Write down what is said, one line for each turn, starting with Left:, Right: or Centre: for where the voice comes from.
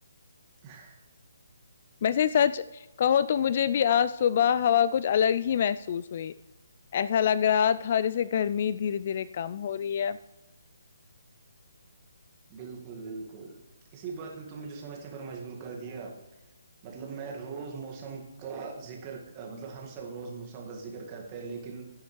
Right: <unintelligible>
Left: ویسے سچ کہو تو مجھے بھی آج صبح ہوا کچھ الگ ہی محسوس ہوئی ایسا لگ رہا تھا جیسے گرمی دھیرے دھیرے کم ہو رہی ہے
Right: بالکل بالکل اسی بات نے تو مجھے سوچنے پر مجبور کر دیا مطلب میں روز موسم کا ذکر مطلب ہم سب روز موسم کا ذکر کرتے لیکن